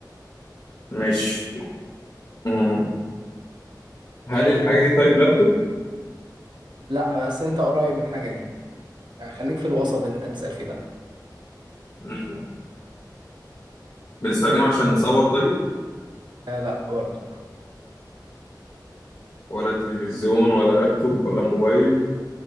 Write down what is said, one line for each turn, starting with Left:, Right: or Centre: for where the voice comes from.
Left: مش مم. هل الحاجه دي طيب لابتوب
Right: لا بس أنت قريب من الحاجة دي خليك في الوسط اللي انت بتسأل فيه ده
Left: مم. بنستخدمها عشان نصور طيب
Right: آه لا برضه
Left: ولا تلفزيون ولا لابتوب ولا موبايل